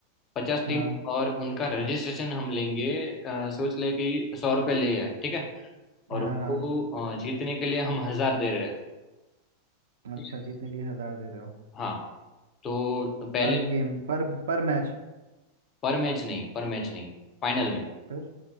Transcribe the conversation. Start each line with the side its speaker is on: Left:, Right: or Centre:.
Left: पचास
Right: हाँ
Left: टीम और उनका रजिस्ट्रेशन हम लेंगे अ, सोच ले कि सौ रुपये ले आए ठीक है और
Right: हाँ
Left: उनको
Right: हाँ
Left: अ, जीतने के लिए हम हजार दे रहे हैं
Right: अच्छा
Left: ठीक है?
Right: जीतने के लिए हजार दे रहे हो
Left: हाँ तो पहले
Right: पर गेम पर पर मैच
Left: पर मैच नहीं पर मैच नहीं फाइनल में
Right: फिर